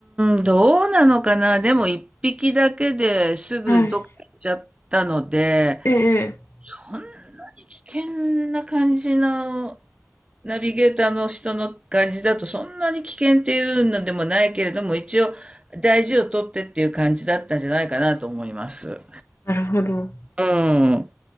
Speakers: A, on the right (about 20°); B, on the left (about 50°).
A: ーん、どうなのかな。でも1匹だけですぐどっか行っちゃったので、
B: はい。ええええ
A: そんなに危険な感じのナビゲーターの人の感じだと、そんなに危険っていうのでもないけれども、一応大事をとってっていう感じだったんじゃないかなと思います。
B: なるほど。
A: うん。